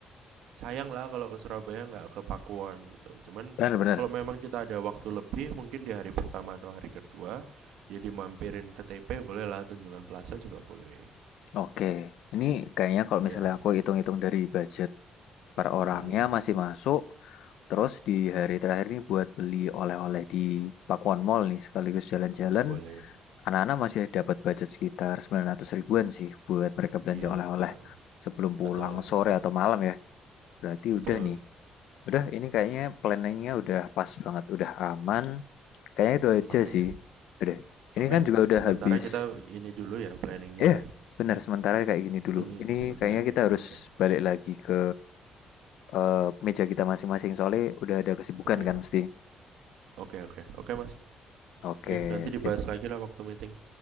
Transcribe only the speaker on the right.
sayang lah kalau ke Surabaya nggak ke Pakuwon gitu. Cuman
kalau memang kita ada waktu lebih mungkin di hari pertama atau hari kedua ya dimampirin ke TP boleh lah Tunjungan Plaza juga boleh.
Ya,
mm-mm,
boleh.
Iya,
heeh.
Betul,
betul,
betul.
Oke,
oke.
Sementara
kita ini dulu ya planningnya
ya.
Mm-mm,
sementara
ini
dulu.
Oke,
oke,
oke, oke, oke Mas.
Oke, nanti
dibahas lagi lah waktu meeting.